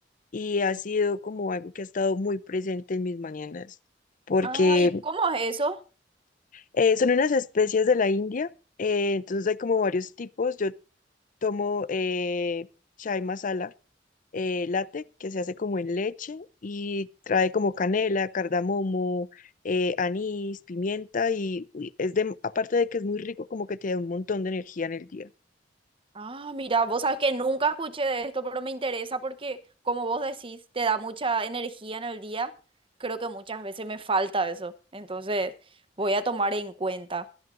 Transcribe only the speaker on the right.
Ah, ¿y cómo es eso?
Ah, mira, vos sabes que nunca escuché de esto, pero me interesa porque, como vos decís, te da mucha energía en el día. Creo que muchas veces me falta eso, entonces voy a tomar en cuenta.